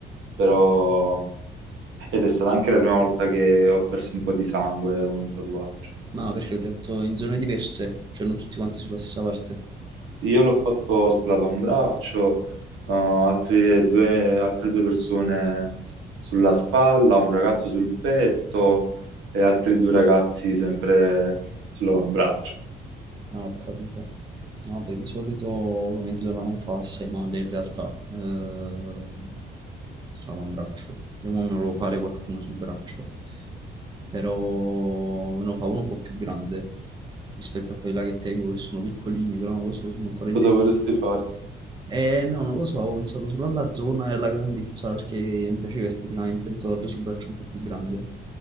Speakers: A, on the right; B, on the right.
A: però... Ed è stata anche la prima volta che ho perso un po' di sangue con un tatuaggio.
B: no, perché l'avete fatto in zone diverse, cioè non tutti quanti sulla stessa parte.
A: Io l'ho fatto sull'avambraccio, eh, altre due, altre due persone sulla spalla, un ragazzo sul petto e altri due ragazzi sempre sull'avambraccio.
B: Ah, ho capito. No, Vabbè, di solito come zona non fa assai male in realtà. Ehm, sull'avambraccio. Io mo me lo volevo fare qualcuno sul braccio, però ne fa uno un po' più grande rispetto a quella che tengo, che sono piccolini, però non lo so, sono ancora
A: Cosa
B: in
A: vorresti fare?
B: Eh, no, non lo so, ho pensato solo alla zona e alla grandezza perché mi piaceva esteticamente un tatuaggio sul braccio un po' più grande.